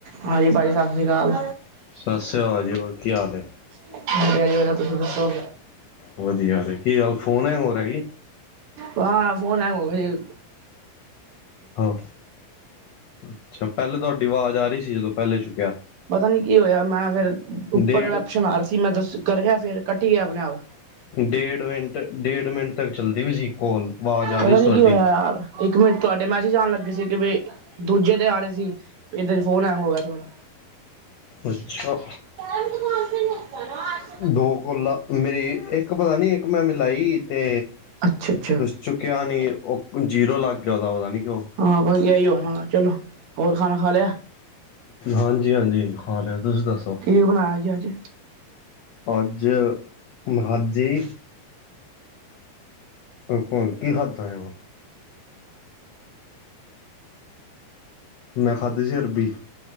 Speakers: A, on the right (about 70°); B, on the left (about 75°).
A: ਹਾਂਜੀ ਭਾਜੀ ਸਤਸ਼੍ਰੀ ਅਕਾਲ।
B: ਸਤਿ ਸ੍ਰੀ ਅਕਾਲ ਜੀ ਹੋਰ ਕੀ ਹਾਲ ਹੈ
A: ਵਧੀਆ ਜੀ ਵਧੀਆ, ਤੁਸੀਂ ਦੱਸੋ?
B: ਵਧੀਆ, ਕੀ ਗੱਲ ਹੈੰਗ ਹੋ ਰਿਹਾ ਕੀ?
A: ਹਾਂ, ਫੋਨ ਹੈੰਗ ਹੋ ਗਿਆ ਸੀ।
B: ਹਾਂ, ਅੱਛਾ ਪਹਿਲੇ, ਤੁਹਾਡੀ ਆਵਾਜ਼ ਆ ਰਹੀ ਸੀ। ਜਦੋਂ ਪਹਿਲੇ ਚੁੱਕਿਆ।
A: ਪਤਾ ਨੀ ਕੀ ਹੋਇਆ ਮੈਂ ਫਿਰ ਉੱਪਰ
B: ਡੇਢ
A: ਆਪਸ਼ਨ ਆ ਰਿਹਾ ਸੀ ਮੈਂ ਦੱਸ ਕਰਿਆ ਫਿਰ ਕੱਟੀ ਗਿਆ ਆਪਣੇ ਆਪ।
B: ਡੇਢ ਮਿੰਟ ਡੇਢ ਮਿੰਟ ਤੱਕ, ਚੱਲਦੀ ਪਈ ਸੀ ਕਾਲ, ਆਵਾਜ਼ ਆ
A: ਪਤਾ
B: ਰਹੀ ਸੀ,
A: ਨੀ
B: ਤੁਹਾਡੀ।
A: ਕੀ ਹੋਇਆ ਯਾਰ ਇੱਕ ਮਿੰਟ ਤੁਹਾਡੇ ਮੈਸੇਜ ਆਉਣ ਲੱਗੇ ਸੀ, ਕਿ ਵੀ ਦੂਜੇ ' ਆ ਰਹੇ ਸੀ। ਇੱਦਾਂ ' ਫੋਨ ਐਂ ਹੋ ਗਿਆ ਥੋੜ੍ਹਾ।
B: ਅੱਛਾ।
A: <unintelligible>
B: ਦੋ ਕੋਲਾ ਮੇਰੀ ਇੱਕ ਪਤਾ ਨੀ ਇੱਕ ਮੈਂ ਮਿਲਾਈ ਤੇ
A: ਅੱਛਾ ਅੱਛਾ
B: ਚੁੱਕਿਆ ਨਹੀਂ, ਉਹ ਜੀਰੋ ਲੱਗ ਗਿਆ। ਉਹਦਾ ਉਹਦਾ ਨਹੀਂ ਕਿਉ?
A: ਹਾਂ, ਵਧੀਆ ਈ ਹੋਣਾ, ਚਲੋ, ਹੋਰ ਖਾਣਾ ਖਾ ਲਿਆ?
B: ਹਾਂਜੀ-ਹਾਂਜੀ, ਖਾ ਲਿਆ, ਤੁਸੀਂ ਦੱਸੋ?
A: ਕੀ ਬਣਾਇਆ ਜੀ ਅੱਜ।
B: ਅੱਜ <unintelligible> ਫੇਰ, ਹੁਣ ਕੀ ਖਾਧਾ ਆ? ਮੈਂ ਖਾਧੀ ਸੀ ਅਰਬੀ।